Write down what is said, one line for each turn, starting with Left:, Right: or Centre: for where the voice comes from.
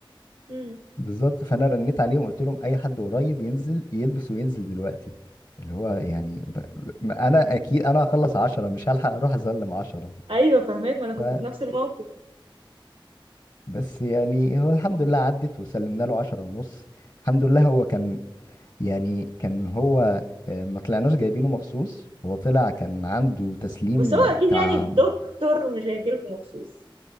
Right: دي
Left: بالظبط فانا رنيت عليهم قلت لهم اي حد قريب ينزل يلبس وينزل دلوقتي اللي هو يعني ب... ب- انا اكيد انا هخلص عشرة مش هلحق اروح اسلم عشرة
Right: ايوه فاهماك ما
Left: ف
Right: انا كنت في نفس الموقف
Left: بس يعني هو الحمد لله عدت وسلمنا له عشرة ونص الحمد لله هو كان يعني كان هو آه، ما طلعناش جايبينه مخصوص هو طلع كان عنده تسليم
Right: بس هو اكيد
Left: بتاع
Right: يعني الدكتور مش هيجيلكوا مخصوص